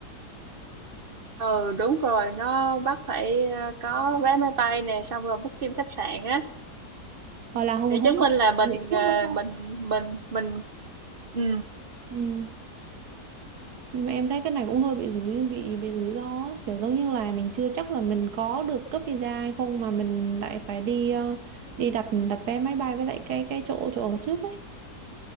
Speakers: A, on the right (about 45°); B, on the right (about 80°).
A: ừ đúng rồi nó bắt phải ờ, có vé máy bay nè xong rồi booking khách sạn á
B: Hoặc là hôm
A: để
B: hôm
A: chứng
B: bữa
A: minh
B: là
A: là
B: chuẩn
A: mình
B: bị trước
A: ờ,
B: đúng không?
A: mình mình mình ừ
B: Ừ. Nhưng mà em thấy cái này cũng hơi bị rủi bị bị rủi ro á. kiểu giống như là mình chưa chắc là mình có được cấp visa hay không mà mình lại phải đi ờ, đi đặt đặt vé máy bay với lại cái cái chỗ chỗ ở trước ấy